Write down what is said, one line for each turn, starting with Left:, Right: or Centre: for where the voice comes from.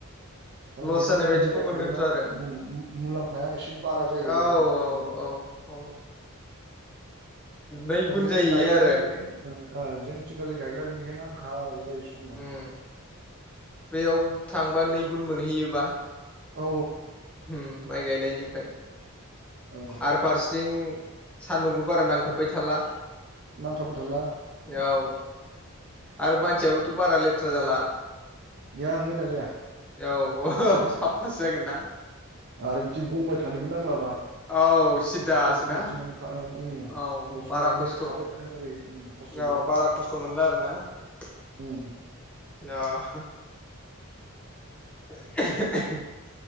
Right: दा
Centre: लस
Right: बेनिखायनो
Centre: जानाय बायदिखौ
Right: बिलाइ
Centre: मोनगोनथ'
Right: खायोबा
Centre: आरो
Right: मु-मु-मुलाम्फाया एसे बारा जायो
Centre: औ
Right: बेहाय बिलाइ खानाया
Centre: औ औ नै
Right: दा
Centre: गुन
Right: बेनिखायनो
Centre: जाहैयो
Right: गायग्राया
Centre: आरो
Right: जोंनिथिं जों थिं जोलै गायग्रा बेनिखायनो आंखाल जायो। सम लानानै
Centre: उम्म बेयाव थांबा नै गुन मोनहैयोबा
Right: औ
Centre: उम माइ गायनायनिफ्राय
Right: औ
Centre: आरो फारसेथिं सान्दुंबो बारा नांथाबबाय थ थाला
Right: नांथाबबाय थाला
Centre: औ आरो मानसियाबोथ बारा लेथ्रा जाला
Right: जाया मैला जाया
Centre: औ साफासो जागोन ना
Right: आरो बिदि गंबाय थानोबो नांला
Centre: औ सिदासोना
Right: <unintelligible> उम
Centre: औ
Right: गसंनायनो
Centre: बारा खस्थ'
Right: खाबाय थानो गोनां जायो उम खस्थ
Centre: औ
Right: गैया
Centre: बारा खस्थ' मोनला आरो ना <inaudible>
Right: ओम
Centre: <inaudible>